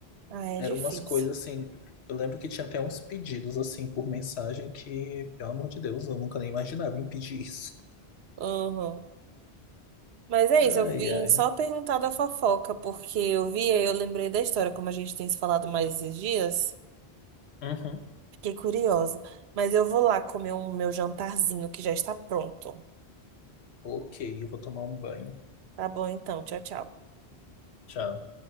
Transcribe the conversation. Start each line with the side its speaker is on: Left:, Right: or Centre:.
Right: Ah, é
Left: Eram
Right: difícil.
Left: umas coisas assim. Eu lembro que tinha até uns pedidos assim por mensagem que, pelo amor de Deus, eu nunca nem imaginava em pedir isso.
Right: Uhum. Mas é
Left: <laughs>
Right: isso,
Left: Ai,
Right: eu vim
Left: ai.
Right: só perguntar da fofoca, porque eu vi e eu lembrei da história, como a gente tem se falado mais esses dias.
Left: Uhum.
Right: Fiquei curiosa. Mas eu vou lá comer o meu jantarzinho que já está pronto.
Left: Ok, eu vou tomar um banho.
Right: Tá bom então, tchau, tchau.
Left: Tchau.